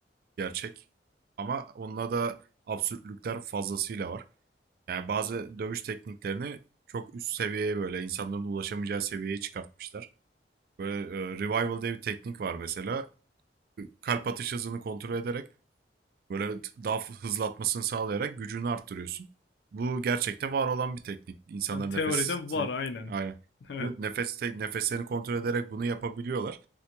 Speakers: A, on the right; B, on the left.
A: gerçek. Ama onda da absürtlükler fazlasıyla var. Yani bazı dövüş tekniklerini çok üst seviyeye böyle insanların ulaşamayacağı seviyeye çıkartmışlar. Böyle e, revival diye bir teknik var mesela. Kalp atış hızını kontrol ederek Böyle daha hızlatmasını sağlayarak gücünü arttırıyorsun. Bu gerçekte var olan bir teknik. İnsanlar
B: Yani teoride
A: nefesi
B: var aynen.
A: aynen.
B: <laughs> Evet.
A: Nefes nefeslerini kontrol ederek bunu yapabiliyorlar.